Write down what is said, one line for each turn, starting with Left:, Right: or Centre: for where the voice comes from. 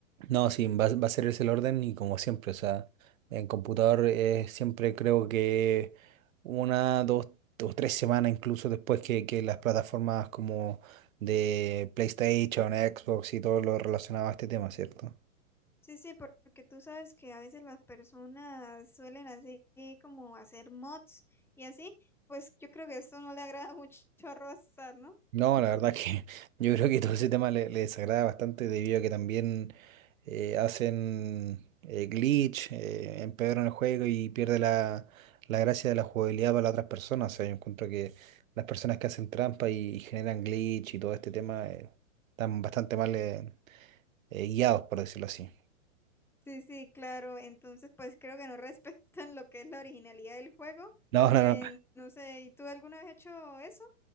Right: no, sí, va, va a ser ese el orden y como siempre, o sea, en computador eh, siempre creo que una, dos o tres semanas incluso después que, que las plataformas como de PlayStation, Xbox y todo lo relacionado a este tema, ¿cierto?
Centre: Sí, sí, porque tú sabes que a veces las personas suelen hacer eh, como hacer mods y así, pues yo creo que eso no le agrada <laughs> mucho a Rockstar, ¿no?
Right: No, la verdad que <laughs> yo creo que todo ese tema le, le desagrada bastante debido a que también eh, hacen eh, glitch, eh, empeoran el juego y pierde la, la gracia de la jugabilidad para las otras personas. O sea, yo encuentro que las personas que hacen trampa y, y generan glitch y todo este tema eh, están bastante mal eh, eh, guiados, por decirlo así.
Centre: Sí, sí, claro. Entonces, pues creo que no <laughs> respetan lo que es la originalidad del juego.
Right: No, <laughs> no,
Centre: Eh,
Right: no,
Centre: no sé, ¿y tú alguna vez has hecho eso?